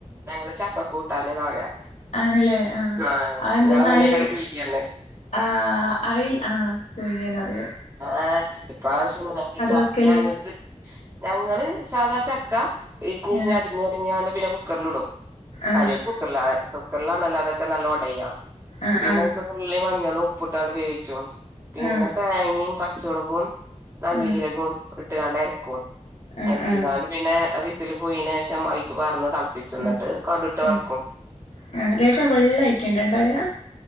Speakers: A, on the right; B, on the left.
A: ഞങ്ങള് ചക്ക കൂട്ടാനന്ന് പറയാ
B: ആണല്ലേ ആ
A: ആഹ്
B: അ എന്തെന്നാ
A: ഇങ്ങളെ അങ്ങനെക്കാരം
B: അയില്
A: പീങ്ങിയർഞ്ഞ്
B: ആ അയിൽ ആ പുയുങ്ങി എന്ന് പറയും
A: ആ ഇപ്പാവശ്യം ഞങ്ങക്ക് സ്വ
B: വെക്കല്
A: ഞങ്ങക്ക് ഞങ്ങള് സാധാ ചക്ക ഇരിഞ്ഞിരിഞ്ഞ്
B: ആഹ്
A: അരിഞ്ഞരിഞ്ഞ കണ്ട് പിന്നെ കുക്കറിൽ ഇടും
B: ആഹ്
A: കാര്യായിട്ട് കുക്കറില കുക്കറിലാണെല്ല അതൊക്കെ നല്ല ഒടയാ
B: ആഹ്
A: പിന്നെ
B: ആഹ്
A: തുള്ളി മഞ്ഞൾ ഉപ്പിട്ടാണ് വേവിച്ചു പിന്നെ
B: ആഹ്
A: തേങ്ങയും പച്ചമുളകും നല്ലീരകവും
B: ആഹ്
A: ഇട്ടുകാണ്ടയിരിക്കും അരക്കും
B: ആഹ്
A: അരച്ച്കാണ്ട്
B: ആഹ്
A: പിന്നെ ഫീസിൽ പോയിന് ശേഷം അയ്ക്ക് പാർന്ന് തളപ്പിച്ചും ഇന്നെട്ട്
B: ഉം
A: കട് ഇട്ട്
B: ഉം
A: വർക്കും
B: ആഹ് ലേശം വെള്ളയിക്കണ്ടേ ഇണ്ടാകാ